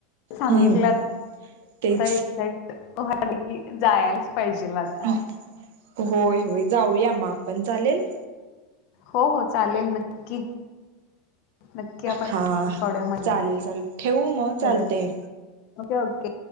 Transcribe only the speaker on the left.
सांगितलं
एझॅक्ट जायलाच पाहिजे ना आता.
हो हो चालेल नक्की नक्की आपण
पाडूया मग
खरंच
ओके ओके.